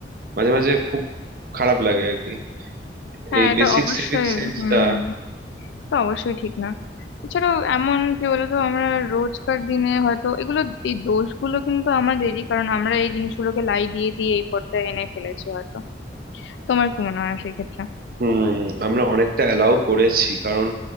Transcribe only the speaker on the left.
হ্যাঁ
এটা
অবশ্যই
হুম তো অবশ্যই ঠিক না এছাড়াও এমন কি বলতো আমরা রোজকার দিনে হয়তো এগুলো এই দোষগুলো কিন্তু আমাদেরই কারণ আমরা এই জিনিসগুলোকে লাই দিয়ে দিয়ে এই পর্যায়ে এনে ফেলেছি হয়তো তোমার কি মনে হয় সেক্ষেত্রে